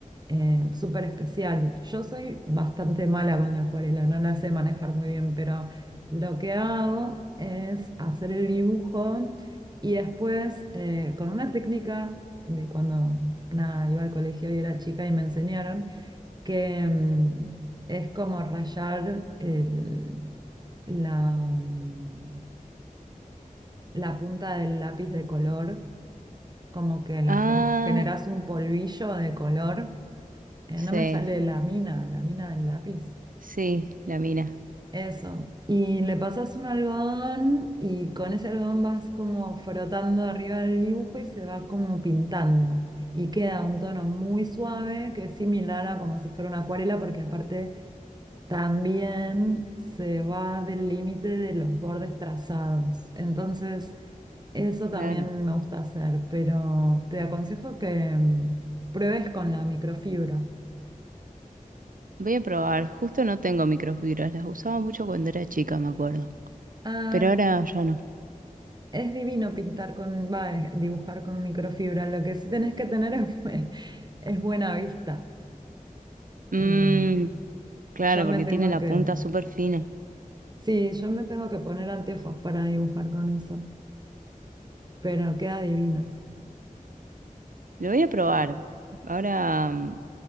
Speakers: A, on the right (about 30°); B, on the right (about 75°).
A: eh, súper especial. Yo soy bastante mala con la acuarela, no la sé manejar muy bien, pero lo que hago es hacer el dibujo y después eh, con una técnica de cuando nada, iba al colegio y era chica y me enseñaron que mm, es como rayar el- la, mm, la punta del lápiz de color, como que lo
B: Ah,
A: gen- generas un polvillo de color eh,
B: sí,
A: no me sale la mina, la mina del lápiz.
B: sí, la mina,
A: Eso. Y le pasas un algodón y con ese algodón vas como frotando arriba del dibujo y se va como pintando. Y queda un tono muy suave que es similar a como si fuera una acuarela porque aparte también se va del límite de los bordes trazados. Entonces, eso también
B: claro.
A: me gusta hacer, pero te aconsejo que mm, pruebes con la microfibra.
B: Voy a probar, justo no tengo microfibras, las usaba mucho cuando era chica, me acuerdo,
A: Ah,
B: pero ahora ya no.
A: Es divino pintar con, va, eh, dibujar con microfibra. Lo que sí tenés que tener es, bue- es buena vista.
B: Mm,
A: Eh,
B: claro,
A: yo me
B: porque
A: tengo
B: tiene la
A: que,
B: punta súper fina.
A: sí, yo me tengo que poner anteojos para dibujar con eso, pero queda divino.
B: Lo voy a probar. Ahora, mm,